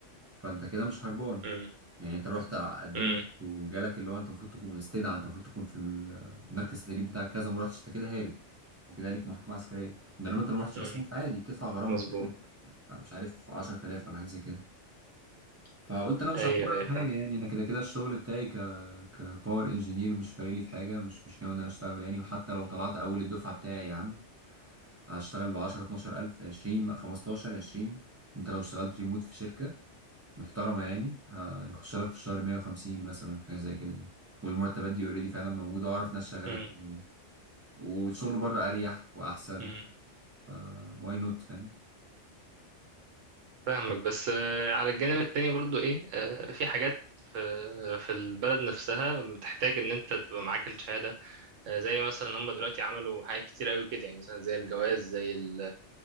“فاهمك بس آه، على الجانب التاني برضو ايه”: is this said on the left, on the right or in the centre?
Right